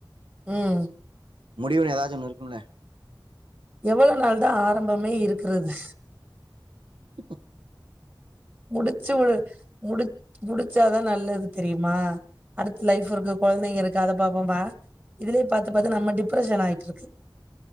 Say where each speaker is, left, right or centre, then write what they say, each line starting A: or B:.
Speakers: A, on the right (about 20°); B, on the right (about 85°).
A: ம்
B: முடிவுன்னு ஏதாச்சு ஒண்ணு இருக்கும்ல்ல
A: எவ்ளோ நாள் தா ஆரம்பமே இருக்கறது
B: ப
A: முடு ச்சுபுடுவ முடி முடிச்சாதா நல்லது தெரியுமா அடுத்து லைஃப் இருக்கு கொழந்தைங்க இருக்கு அத பாப்போமா இதுலே பாத்து பாத்து நம்ம டிப்ரஷன் ஆயிட்டிருக்கு